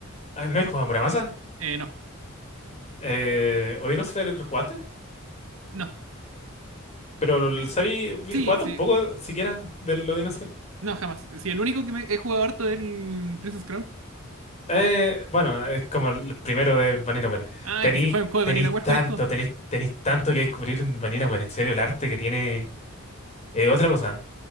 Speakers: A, on the left (about 35°); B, on the right (about 80°).
A: ah, ¿no he jugado a Muramasa?
B: Eh, no,
A: Eh, ¿Odinosphere jugaste?
B: no.
A: Pero el Sabi, vi-
B: Sí,
A: ¿jugaste
B: sí.
A: un poco siquiera del Odinosphere?
B: No, jamás. Sí, el único que me he jugado harto es el Princess Crown.
A: Eh, bueno, es como el primero de Vanilla Ware.
B: Ah,
A: Tenéis,
B: que si juega un juego
A: tenéis
B: de Vanilla Ware,
A: tanto,
B: todo.
A: tenéis, tenéis tanto que descubrir en Vanilla Ware. En serio, el arte que tiene eh, otra cosa.